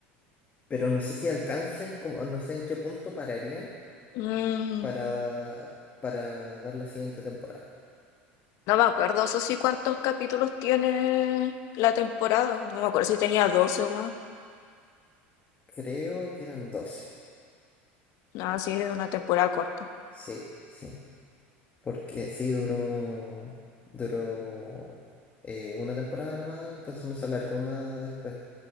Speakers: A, on the left; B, on the left.
A: pero no sé si alcancen, como- no sé en qué punto pararían
B: Mm,
A: para, para dar la siguiente temporada.
B: no me acuerdo, eso sí, cuántos capítulos tiene la temporada. No me acuerdo si tenía 12 o más.
A: Creo que eran doce
B: Nada, sí, es una temporada corta.
A: Sí, sí. Porque sí, duró, duró eh, una temporada nomás, entonces no se alargó más después.